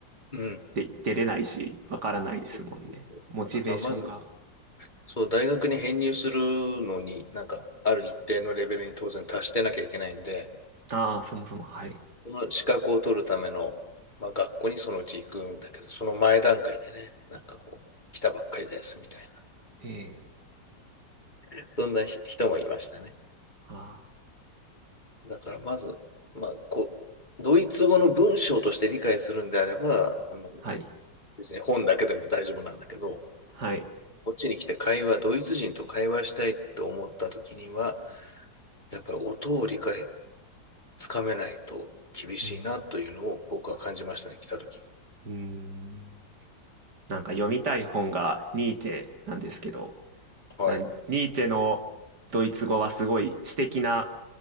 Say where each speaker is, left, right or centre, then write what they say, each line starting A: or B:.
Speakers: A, on the left; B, on the right.
A: うん。
B: で出れないし、わからないですもんね。
A: そうそうそうだからまず、
B: モチベーションが。
A: そう、大学に編入するのに、なんか、ある一定のレベルに当然達してなきゃいけないんで、
B: ああ、そもそも、はい。
A: その資格を取るための、まあ、学校にそのうち行くんだけど、その前段階でね、なんかこう、来たばっかりですみたい
B: ええ、
A: な、そんな人もいましたね。
B: ああ、
A: だからまず、まあ、こう、ドイツ語の文章として理解するんであれば、あの、
B: はい。
A: すね本だけでも大丈夫なんだけど、
B: はい。
A: こっちに来て会話、ドイツ人と会話したいって思った時には、やっぱり音を理解、つかめないと厳しいなというのを僕は感じましたね、
B: うん。
A: 来た時に。
B: うん。なんか読みたい本がニーチェなんですけど、
A: はい。
B: なニーチェのドイツ語はすごい詩的な